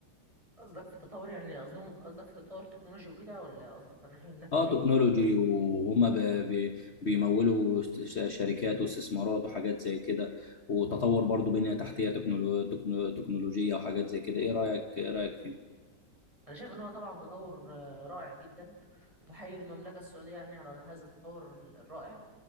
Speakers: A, on the right; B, on the left.
A: قصدك في التطور يعني قصدهم قصدك في التطور التكنولوجي وكده ولا قصدك في ناحيه من ناحيه
B: اه
A: ايه
B: تكنولوجي وهم ب- ب- بيمولوا ش- شركات واستثمارات وحاجات زي كده وتطور برضو بنية تحتية تكنولو- تكنو- تكنولوجية وحاجات زي كده ايه رأيك ايه رأيك فيه
A: انا شايف ان هو طبعا تطور آه، رائع جدا وبحيي المملكه السعوديه يعني على هذا التطور الرائع